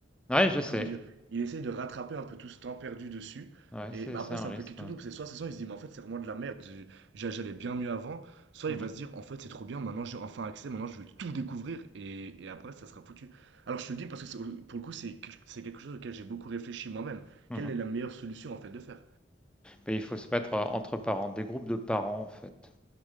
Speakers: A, in the centre; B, on the right.
A: Ouais, je
B: il-
A: sais.
B: comment dire, il essaye de rattraper un peu tout ce temps perdu dessus.
A: Ouais,
B: Et
A: c'est
B: bah,
A: c'est
B: après,
A: un
B: c'est
A: risque,
B: un peu qui tout
A: ouais.
B: double. C'est soit de toute façon, il se dit, mais en fait, c'est vraiment de la merde. je- j'a- J'allais bien mieux avant. Soit
A: Mhm,
B: il va se dire, en fait, c'est trop bien. Maintenant, j'ai enfin accès. Maintenant, je vais tout découvrir. Et, et après, ça sera foutu. Alors, je te le dis parce que c'est- pour le coup, c'est quel- c'est quelque chose auquel j'ai beaucoup réfléchi moi-même.
A: mhm.
B: Quelle est la meilleure solution, en fait, de faire?
A: Mais il faut se mettre, heu, entre parents, des groupes de parents, en fait.